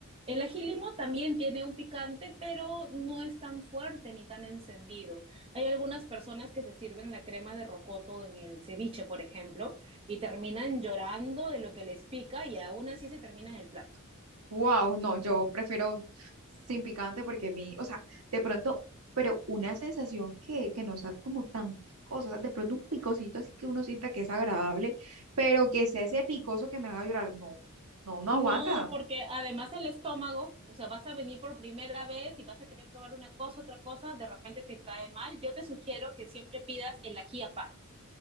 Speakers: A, on the right; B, on the right.
A: El ají limo también tiene un picante, pero no es tan fuerte ni tan encendido. Hay algunas personas que se sirven la crema de rocoto en el ceviche, por ejemplo, y terminan llorando de lo que les pica y aún así se termina en el plato.
B: Wow, no, yo prefiero sin picante porque mi, o sea, de pronto, pero una sensación que, que no sea como tan picosa, o sea, de pronto un picosito así que uno sienta que es agradable, pero que sea ese picoso que me haga llorar, no, no, no
A: No,
B: aguanta.
A: porque además el estómago, o sea, vas a venir por primera vez y vas a querer probar una cosa, otra cosa, de repente te cae mal. Yo te sugiero que siempre pidas el ají aparte.